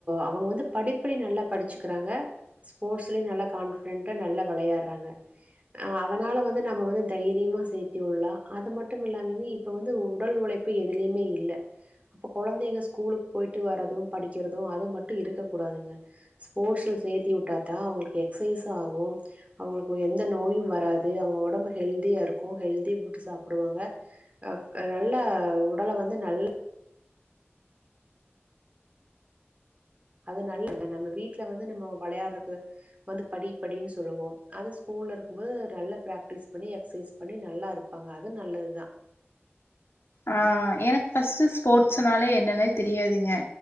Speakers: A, on the right; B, on the left.
A: அவங்க வந்து படிப்புலயு நல்லா படிச்சுக்கிறாங்க ஸ்போர்ட்ஸ்லயு நல்லா கான்ஃபிடன்டா நல்லா வெளையாட்றாங்க ஆ அதனால வந்து நம்ம வந்து தைரியமா சேத்திவிட்லா அது மட்டும் இல்லாமைங்க இப்ப வந்து உடல் உழைப்பு எதுலயுமே இல்ல அப்ப கொழந்தைக ஸ் கூலுக்கு போயிட்டு வரது படிக்கிறது அது மட்டு இருக்கக் கூடாதுங்க ஸ்போர்ட்ஸ்ல சேத்தி விட்டாத்தா அவங்களுக்கு எக்சைஸு ஆகு அவங்களுக்கு எந்த நோயு வராது அவங்க ஒடம்பு ஹெல்தியா இருக்கு ஹெல்தி ஃபுட்டு சாப்டுவாங்க அ ஆ நல்லா உடல வந்து நல் அது நல்ல <inaudible> நம்ம வீட்ல வந்து நம்ம வெளையாடுறக்கு வந்து படி படின்னு சொல்லுவோ அதே ஸ்கூல்ல இருக்கும்போது நல்லா பிராக்டிஸ் பண்ணி எக்சைஸ் பண்ணி நல்லா இருப்பாங்க அது நல்லதுதா
B: ஆ எனக்கு ஃபஸ்ட்டு ஸ்போர்ட்ஸ்னாலே என்னன்னே தெரியாதுங்க